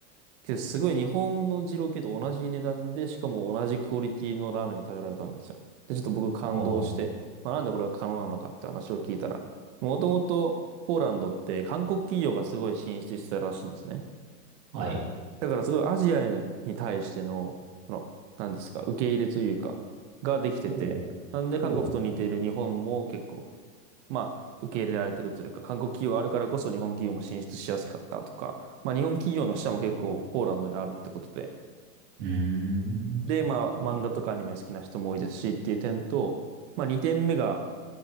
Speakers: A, on the right (about 45°); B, on the right (about 65°).
A: けど、すごい日本の二郎系と同じ値段で、しかも同じクオリティのラーメンが食べられたんですよ。で、ちょっと僕感動して、
B: おう、
A: まあ、なんでこれが可能なのかって話を聞いたら、もともとポーランドって韓国企業がすごい進出してたらしいんですね。
B: はい、
A: だからすごいアジアに対しての、その、何ですか、受け入れというか、ができてて、
B: おう、
A: なんで韓国と似ている日本も結構、
B: おう、
A: まあ、受け入れられてるというか、韓国企業あるからこそ日本企業も進出しやすかったとか、まあ日本企業の支社も結構ポーランドにあるってことで、
B: おう、おう、うーん、
A: で、まあ漫画とかアニメ好きな人も多いですしっていう点と、
B: な
A: まあ2点目が、